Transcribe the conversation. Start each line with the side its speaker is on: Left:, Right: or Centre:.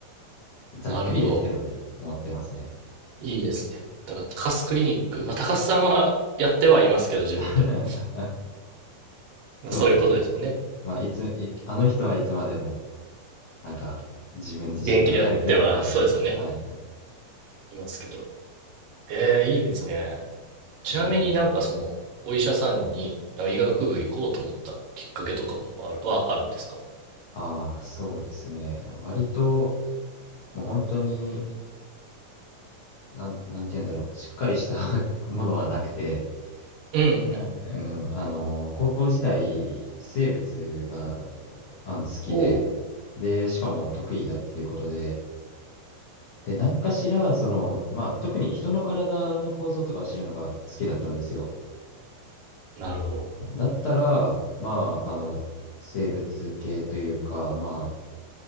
Left: ざっくりですけどね、
Right: なるほど。
Left: 思ってますね。
Right: いいですね。だから、高須クリニック。まあ、高須さんはやってはいますけど、自分では。
Left: <laughs>
Right: まあそういうことですよね。
Left: そうですね。まあ、いつ、いあの人はいつまでも、なんか、自分自身がやる、
Right: 現役でやっては、
Left: やる側というか、
Right: そうですよね。
Left: はいは
Right: いますけど。ええ、いいですね。ちなみになんかその、
Left: い。えー、
Right: お医者さんに、なんか医学部行こうと思ったきっかけとかもある、はあるんですか
Left: ああ、そうですね。割と、もう本当に、なん、なんて言うんだろう。しっかりした <laughs> ものはなくて、
Right: うんうん。
Left: あうん、あの、高校時代、生物が、あの、好きで、
Right: おお。
Left: で、しかも得意だっていうことで、で、何かしら、その、まあ、特に人の体の構造とかを知るのが好きだったんですよ。
Right: なるほど。
Left: だったら、まあ、あの、生物系というか、ま